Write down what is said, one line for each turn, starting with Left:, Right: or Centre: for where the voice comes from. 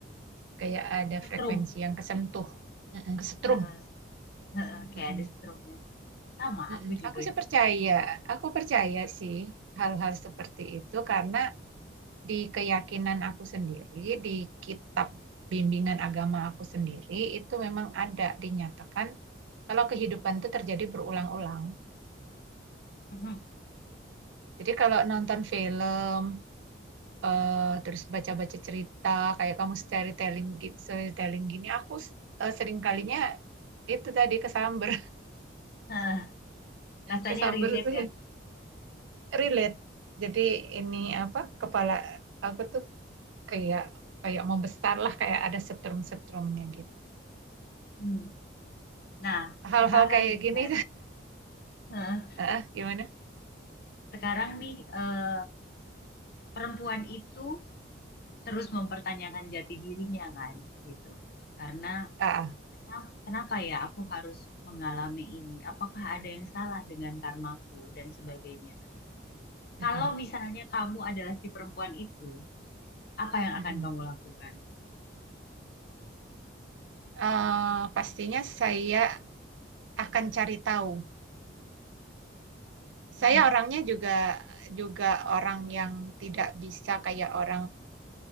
Right: kayak ada
Left: Setrum.
Right: frekuensi yang kesentuh, Mm-mm, kesetrum.
Left: Heeh, heeh, Kayak
Right: Mm-mm,
Left: ada setrumnya. Sama,
Right: mm-mm.
Left: aku juga
Right: Aku sih
Left: gitu.
Right: percaya, aku percaya sih hal-hal seperti itu karena di keyakinan aku sendiri, di kitab bimbingan agama aku sendiri itu memang ada dinyatakan kalau kehidupan itu terjadi berulang-ulang.
Left: Mhm.
Right: Jadi kalau nonton film eh terus baca-baca cerita kayak kamu storytelling gitu storytelling gini aku eh, sering kalinya itu tadi kesamber
Left: Heeh,
Right: <laughs>
Left: Rasanya
Right: kesamber
Left: relate
Right: tuh
Left: ya.
Right: relate jadi ini apa kepala aku tuh kayak kayak mau besar lah kayak ada setrum-setrumnya gitu
Left: Hmm. Nah,
Right: hal-hal
Left: sekarang
Right: kayak
Left: nih,
Right: gini
Left: Fer. Heeh,
Right: <laughs> ah gimana
Left: Sekarang nih, eh, perempuan itu terus mempertanyakan jati dirinya kan, gitu. Karena
Right: ah ah.
Left: Kenap- Kenapa ya aku harus mengalami ini? Apakah ada yang salah dengan karmaku dan sebagainya? Kalau
Right: Mm-mm.
Left: misalnya kamu adalah si perempuan itu, apa yang
Right: Mm-mm.
Left: akan kamu lakukan?
Right: Eh, pastinya saya akan cari tahu
Left: Mm-mm.
Right: saya orangnya juga juga orang yang tidak bisa kayak orang